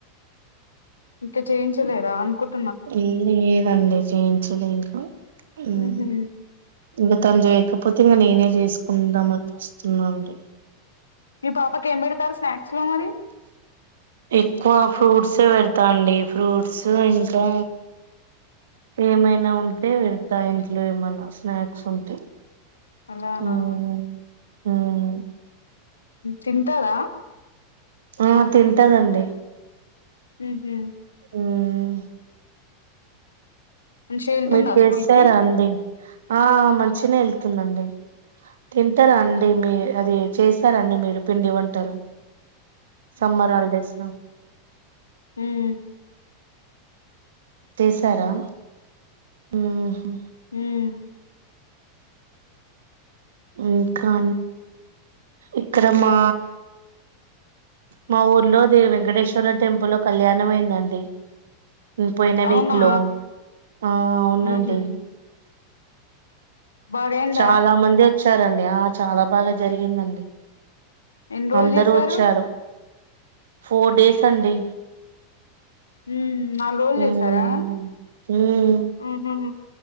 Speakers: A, on the left; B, on the right.
A: ఇంకా చేయించలేదా? అనుకుట్
B: ఏం లేదండి చేయించలేదు. మ్
A: ఉహు
B: ఇంగ తను చేయకపోతే ఇంక నేనే చేసుకుందాం అని చూస్తున్నానండి.
A: మీ పాపకి ఏం పెడతారు స్నాక్స్ లో మరి
B: ఎక్కువ ఫ్రూట్సే పెడతా అండి ఫ్రూట్స్ ఇంకా ఏమైనా ఉంటే పెడతా ఇంట్లో ఏమైనా స్నాక్స్ ఉంటే
A: అలానా
B: హ్మ్ హ్మ్
A: తింటారా
B: ఆ తింటాదండి
A: ఊహూ
B: హ్మ్
A: మంచిగా వెళ్తుందా
B: మీరు చేసారా
A: స్కూల్ కి
B: అండి ఆ మంచినే వెళ్తుందండి తింటారా అండి మీ అది చేశారా అండి మీరు పిండివంటలు సమ్మర్ హాలిడేస్ లో
A: హ్మ్
B: తీశారా ఊహూ
A: హ్మ్
B: ఇంకా ఇక్కడ మా మా ఊర్లో దేవి వెంకటేశ్వర టెంపుల్ లో కళ్యాణం అయిందండి పోయిన
A: అవునా
B: వీక్ లో ఆ అవునండి
A: ఉహు బాగయిందా
B: చాలా మంది వచ్చారండి ఆ చాలా బాగా జరిగిందండి
A: ఎన్ని రోజులు
B: అందరు
A: చేశారు
B: వచ్చారు ఫోర్ డేస్ అండి
A: హ్మ్ ఆళ్ళు లోన్
B: మ్మ్
A: చేసారా
B: మ్మ్
A: ఆహా